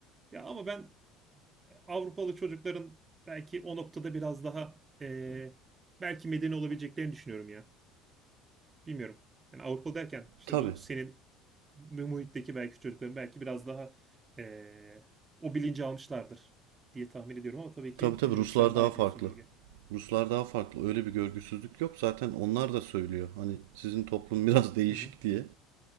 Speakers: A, on the right; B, on the right.
A: Ya ama ben Avrupalı çocukların belki o noktada biraz daha eee, belki medeni olabileceklerini düşünüyorum ya. Bilmiyorum. Yani Avrupalı derken işte
B: Tabii.
A: bu senin mu- muhitteki belki çocukların belki biraz daha eee, o bilinci almışlardır diye tahmin ediyorum ama tabii ki
B: Tabii tabii
A: bilmiyorum.
B: Ruslar
A: Sen daha
B: daha
A: iyi
B: farklı.
A: biliyorsun bölge.
B: Ruslar daha farklı. Öyle bir görgüsüzlük yok. Zaten onlar da söylüyor. Hani sizin toplum <laughs> biraz değişik
A: Hı hı.
B: diye.